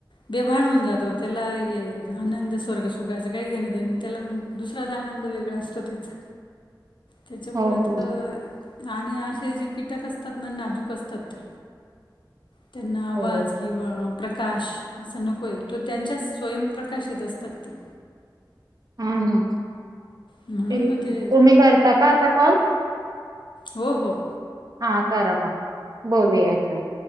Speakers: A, on the left; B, on the right.
A: बेभाान होन जातो, त्याला हे आनंद स्वर्ग सुखायचं काय घेणं त्याला, दुसराच आनंद वेगळा असतो, त्याचा त्याच्यामुळे
B: हो ना
A: तर आणि असे जे कीटक असतात ना, नाजूक असतात ते, त्यांना आवाज
B: हो
A: कीवा, प्रकाश असा नको आहे तो, त्यांच्या स्वयंप्रकाशित असतात ते,
B: हा ना
A: म्हणून
B: ठीक
A: मग ते
B: आहे तुम्ही करता का आता कॉल?
A: हो हो,
B: हा करमा बोलीय हेच्या वर,